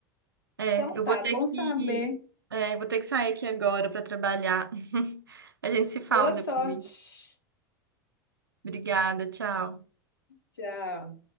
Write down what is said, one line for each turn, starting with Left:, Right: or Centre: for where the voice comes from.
Right: É,
Left: Então
Right: eu
Left: tá,
Right: vou ter
Left: bom
Right: que,
Left: saber.
Right: é, eu vou ter que sair aqui agora para trabalhar. <laughs> A gente se fala
Left: Boa
Right: depois.
Left: sorte.
Right: Obrigada, tchau.
Left: Tchau.